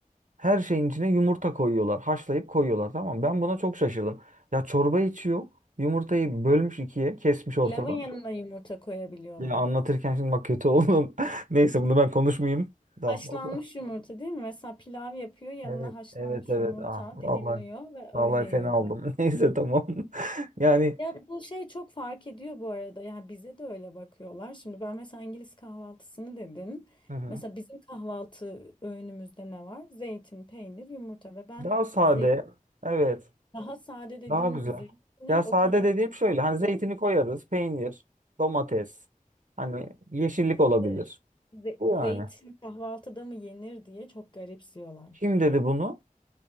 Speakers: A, on the right; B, on the left.
A: Her şeyin içine yumurta koyuyorlar. Haşlayıp koyuyorlar. Tamam. mı? Ben buna çok şaşırdım. Ya çorba içiyor. Yumurtayı bölmüş ikiye. Kesmiş ortadan.
B: Pilavın yanına yumurta koyabiliyorlar.
A: Ya anlatırken şimdi bak kötü oldum. <laughs> Neyse bunu ben konuşmayayım. Daha
B: Haşlanmış
A: fazla.
B: yumurta değil mi? Mesela pilav yapıyor, yanına
A: Evet,
B: haşlanmış
A: evet, evet.
B: yumurta
A: Ah,
B: dilimliyor
A: vallahi,
B: ve
A: vallahi
B: öyle yiyor.
A: fena oldum. <laughs> Neyse tamam. <laughs> Yani
B: Ya bu şey çok fark ediyor bu arada. Ya bize de öyle bakıyorlar. Şimdi ben mesela İngiliz kahvaltısını dedim.
A: Hı hı.
B: Mesela bizim kahvaltı öğünümüzde ne var? Zeytin, peynir, yumurta ve ben
A: daha sade.
B: zeytin,
A: Evet.
B: daha sade dediğin
A: Daha güzel.
B: zeytine
A: Ya sade
B: o kadar
A: dediğim şöyle.
B: bakıyorlar.
A: Hani zeytini koyarız. Peynir, domates. Hani yeşillik olabilir.
B: İşte ze-
A: Bu yani.
B: zeytin kahvaltıda mı yenir diye çok garipsiyorlar.
A: Kim dedi bunu?